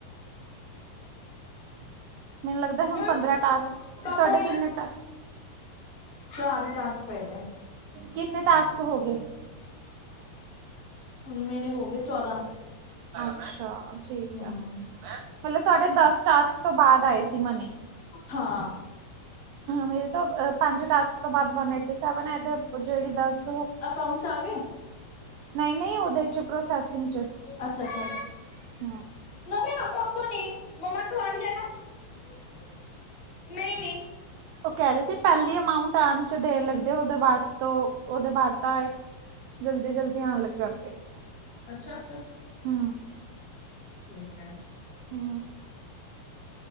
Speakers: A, on the left; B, on the right.
A: <inaudible>
B: ਮੈਨੂੰ ਲੱਗਦਾ
A: ਨਾਈਨ
B: ਹੁਨ ਪੰਦਰਾਂ ਟਾਸਕ
A: ਪਾਪਾ
B: ਤੁਹਾਡੇ
A: ਨੇ
B: ਕਿੰਨੇ ਟਾਸ
A: ਚਾਰ ਟਾਸਕ ਪਏ ਨੇ।
B: ਕਿੰਨੇ ਟਾਸਕ ਹੋ ਗਏ
A: ਹੁਨ ਮੇਰੇ ਹੋ ਗਏ ਚੌਦਾਂ
B: ਅੱਛਾ ਠੀਕ
A: ਹੂੰ
B: ਆ ਹਲੇ ਸਾਡੇ ਦਸ ਟਾਸਕ ਤੋਂ ਬਾਅਦ ਆਈ ਸੀ ਮਨੀ
A: ਹਾਂ
B: ਮੇਰੇ ਤੋਂ ਪੰਜ ਟਾਸਕ ਤੋਂ ਬਾਅਦ ਵਨ ਏਟੀ ਸੈਵਨ ਹੈ ਅਤੇ ਜਿਹੜੀ ਦਸ
A: ਅਕਾਊਂਂਟ ਚ ਆ ਗਏ
B: ਨਹੀਂ ਨਹੀਂ ਉਹਦੇ ਚ ਪ੍ਰੋਸੈਸਿੰਗ ਚ
A: ਅੱਛਾ ਅੱਛਾ
B: ਹਾਂ
A: ਨਹੀਂ ਆਪਾਂ ਆਪ ਨੀ ਮੰਮਾ ਖਵਾ ਰਹੀ <unintelligible> ਨਹੀਂ ਨਹੀਂ
B: ਉਹ ਕਹਿ ਰਹੇ ਸੀ ਪਹਿਲੀ ਅਮਾਊਂਟ ਆਣ ਚ ਦੇਰ ਲੱਗਦੇ ਓਦੇ ਬਾਅਦ ਤੋਂ ੳਦੇ ਬਾਅਦ ਤਾਂ ਜਲਦੀ ਜਲਦੀ ਆਣ ਲੱਗਾ
A: ਅੱਛਾ ਅੱਛਾ
B: ਹੁ
A: ਠੀਕ ਹੈ
B: ਹੁ